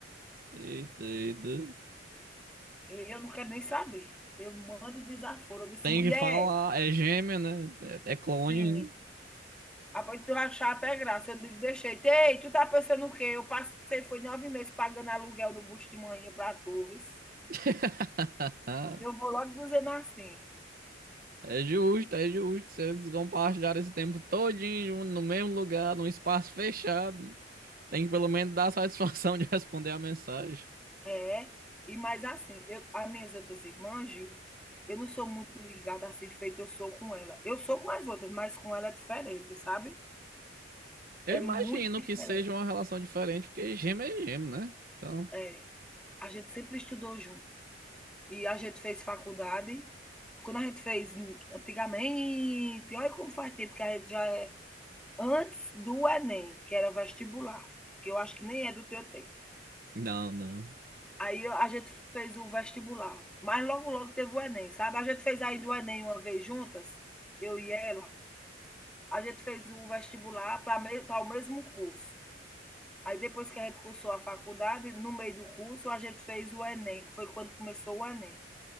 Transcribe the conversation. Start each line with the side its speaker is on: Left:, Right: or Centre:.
Right: Eita, eita.
Centre: Eu não quero nem saber. Eu mando desaforo. Eu disse,
Right: Tem
Centre: mulher,
Right: que falar, é gêmea, né? É é clone.
Centre: sim.
Right: né?
Centre: Após tu achar até graça, eu digo, deixei. Ei, tu tá pensando o quê? Eu passei, foi nove meses pagando aluguel do bucho de manhã pra tu, vis.
Right: <laughs>
Centre: Eu vou logo dizendo assim.
Right: É justo,
Centre: E-
Right: é justo. Se eles compartilharam esse tempo todinho no mesmo lugar, num espaço fechado, tem que pelo menos dar a satisfação <laughs> de responder a mensagem.
Centre: É, e mais assim, eu, as minhas outras irmãs, Gil, eu não sou muito ligada assim, feito eu sou com ela. Eu sou com as outras, mas com ela é diferente, sabe?
Right: Eu
Centre: É
Right: imagino
Centre: muito diferente.
Right: que seja uma relação diferente, porque gêmeo é gêmeo, né? Então,
Centre: É, a gente sempre estudou junto. E a gente fez faculdade. Quando a gente fez hum, antigamente, olha como faz tempo que a gente já é antes do Enem, que era vestibular, que eu acho que nem é do teu tempo.
Right: não, não.
Centre: Aí a gente fez o vestibular, mas logo, logo teve o Enem, sabe? A gente fez ainda o Enem uma vez juntas, eu e ela. A gente fez o vestibular para me... para o mesmo curso. Aí depois que a gente cursou a faculdade, no meio do curso, a gente fez o Enem, que foi quando começou o Enem.